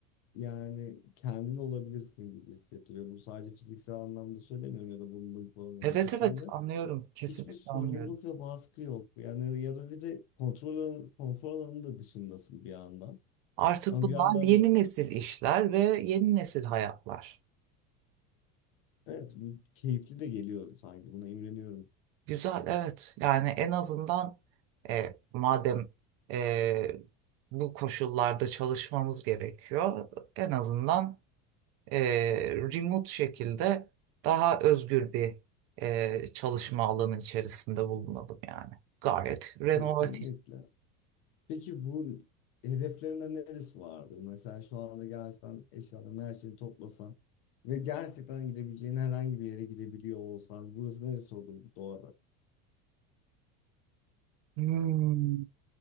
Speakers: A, on the left; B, on the right.
A: Yani kendin olabilirsin gibi hissettiriyor. Bu sadece fiziksel anlamda söylemiyorum ya da bunun bunun
B: Evet
A: ötesinde.
B: evet anlıyorum. Kesinlikle
A: Hiçbir sorumluluk
B: anlıyorum.
A: ve baskı yok. Yani ya da bir de kontrol alanı, konfor alanının da dışındasın bir yandan.
B: Artık
A: Ama
B: bunlar
A: bir yandan
B: yeni
A: da
B: nesil işler ve yeni nesil hayatlar.
A: evet bu keyifli de geliyor sanki. Buna imreniyorum.
B: Güzel, evet. Yani en azından e, madem e, bu koşullarda çalışmamız gerekiyor, en azından e, remote şekilde daha özgür bir e, çalışma alanı içerisinde bulunalım yani. Gayet renovatif.
A: Kesinlikle. Peki bu hedeflerinde neresi vardır? Mesela şu anda gerçekten eşyalarını her şeyi toplasan ve gerçekten gidebileceğin herhangi bir yere gidebiliyor olsan burası neresi olur doğada?
B: Hmm.